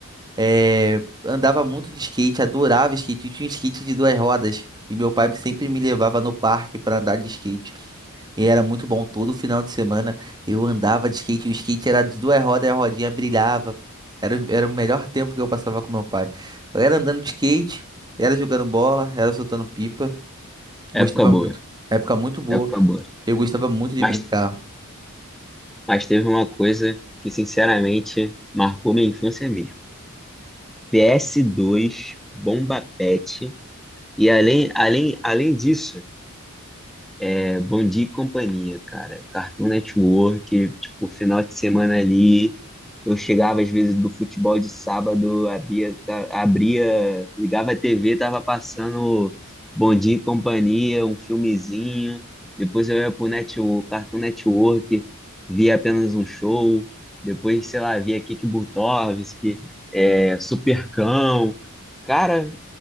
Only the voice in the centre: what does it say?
Época
boa,
época boa.
Mas,
mas teve uma coisa que, sinceramente, marcou minha infância mesmo. PS2, Bomba Pet, e além, além, além disso, É, Bom Dia e Companhia, cara. Cartoon Network, tipo, final de semana ali. Eu chegava às vezes do futebol de sábado, abria, tá- abria, ligava a TV, tava passando Bom Dia e Companhia, um filmezinho. Depois eu ia pro net, o Cartoon Network, via apenas um show. Depois, sei lá, via Kiki Butovski, é, Supercão. Cara,